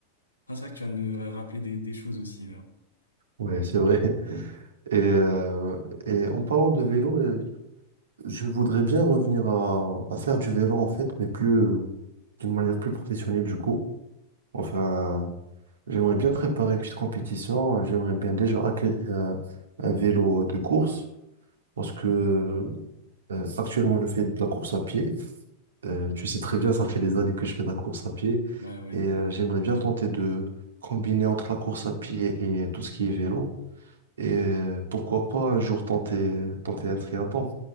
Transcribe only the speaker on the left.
ah, c'est vrai que tu viens de me rappeler des, des choses aussi, là.
Ouais, ouais.